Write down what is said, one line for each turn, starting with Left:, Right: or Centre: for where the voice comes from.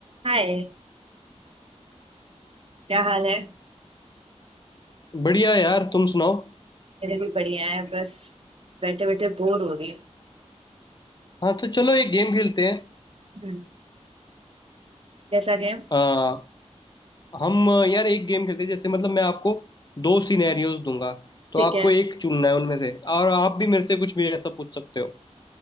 Right: हाय क्या हाल है
Left: बढ़िया यार तुम सुनाओ
Right: मेरे भी बढ़िया है बस बैठे बैठे बोर हो रही
Left: हाँ तो चलो एक गेम खेलते हैं
Right: हूँ जैसा गेम
Left: आ, हम यार एक गेम खेलते हैं जैसे मतलब मैं आपको दो सिनेरियोज दूंगा तो
Right: ठीक
Left: आपको
Right: है
Left: एक चुनना है उनमें से और आप भी मेरे से कुछ भी ऐसा पूछ सकते हो